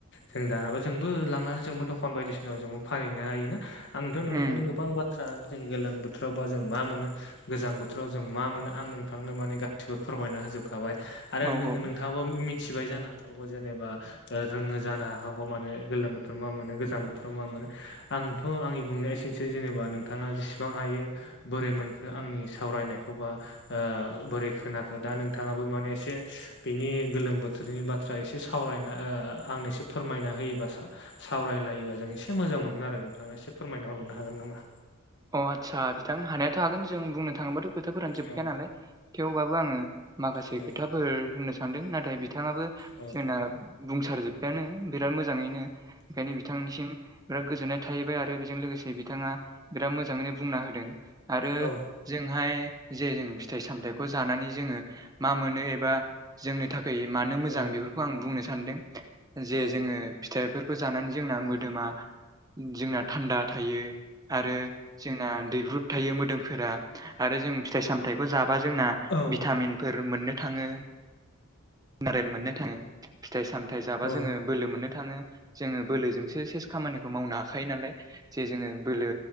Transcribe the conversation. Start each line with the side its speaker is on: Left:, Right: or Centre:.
Left: जों दानाबा जोंबो लांनानै जोंबो दखान बायदिसिनाव जोंबो फानहैनो हायोना आंथ' नोंथांनो
Right: उम
Left: गोबां बाथ्रा जों गोलां बोथोराव बा जों मा मोनो गोजां बोथोराव जों मा मोनो आं नोंथांनो माने गासिबो फोरमायना होजोबखाबाय। आरो
Right: औ
Left: नोंङो
Right: औ
Left: नोंथाङाबो मिथिबाय जानो हागौ जेनेबा ओ रोङो जानो हाखागौ माने गोलोम बोथोराव मा मोनो गोजां बोथोराव मा मोनो आं थ' आंनि बुंनाया एसेनोसै जेनेबा नोंथाङा जेसेबां हायो बोरै मोनखो आंनि सावरायनायखौ बा ओ बोरै खोनाखो दा नोंथाङाबो माने एसे बिनि गोलोम बोथोरनि बाथ्रा एसे सावरायना ओ आंनिसिम फोरमायना होयोबा सावरायलायोबा जों एसे मोजां मोनगोन आरो नोंथाङा एसे फोरमायना हरनो हागोन नामा?
Right: अ आदसा बिथां हानायाथ' हागोन जों बुंनो थाङोबाथ' खोथाफोरानो जोबखाया
Left: औ
Right: नालाय थेवबो आंङो माखसे
Left: औ
Right: खोथा फोर होननो सानदों नाथाय बिथाङाबो
Left: औ
Right: जोंना बुंसार जोब्बायानो बिराद मोजांङैनो ओंखायनो बिथांनिसिम बिराद गोजोननाय थाहैबाय आरो बेजों लोगोसे बिथाङा बिराद मोजाङैनो बुंना होदों। आरो
Left: औ
Right: जोंहाय जे जों फिथाइ सामथायाइखौ जानानै जोंङो मा मोनो एबा जोंनि थाखाय मानो मोजां
Left: औ
Right: बेफोरखौ आं बुंनो सानदों। जे
Left: औ
Right: जोंङो फिथाइफोरखौ जानानै जोंना मोदोमा जोंना थान्दा थायो। आरो जोंना दैब्रुद थायो मोदोमफोरा आरो जों फिथाइ सामथायाइखौ जाबा जोंना
Left: औ
Right: भिटामिनफोर मोननो थांङो मारै मोननो थाङो फिथाइ सामथाय जाबा
Left: औ
Right: जोंङो बोलो मोननो थाङो जोंङो बोलोजोंसो सेस खामानिखौ मावनो हागोन। खायो नालाय जे जोंङो बोलो